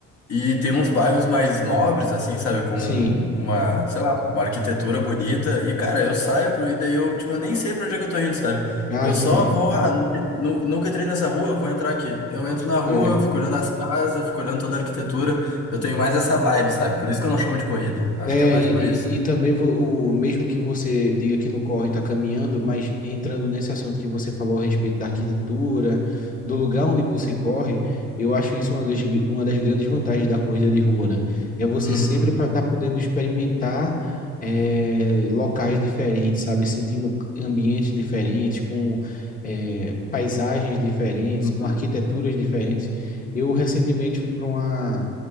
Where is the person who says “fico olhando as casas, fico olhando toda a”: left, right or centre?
Left